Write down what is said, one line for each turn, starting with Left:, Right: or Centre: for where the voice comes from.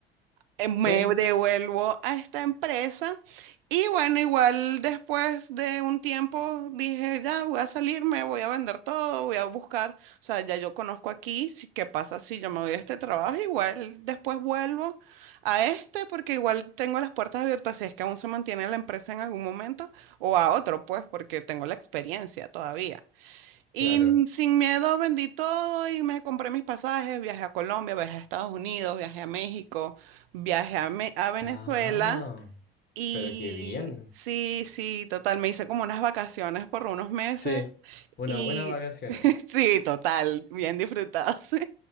Right: eh, me
Left: Sí,
Right: devuelvo a esta empresa y bueno, igual después de un tiempo dije, ya voy a salirme, voy a vender todo, voy a buscar, o sea, ya yo conozco aquí, si- qué pasa si yo me voy de este trabajo, igual después vuelvo a este porque igual tengo las puertas abiertas si es que aún se mantiene la empresa en algún momento o a otro, pues porque tengo la experiencia todavía. Y
Left: claro.
Right: mm, sin miedo vendí todo y me compré mis pasajes, viajé a Colombia, viajé a Estados Unidos, viajé a México, viajé a, Me- a Venezuela
Left: Ah,
Right: y
Left: pero qué bien.
Right: sí, sí, total, me hice como unas vacaciones por unos meses
Left: Sí, unas
Right: y
Left: buenas vacaciones.
Right: <laughs> sí, total, bien disfrutado, <laughs> sí,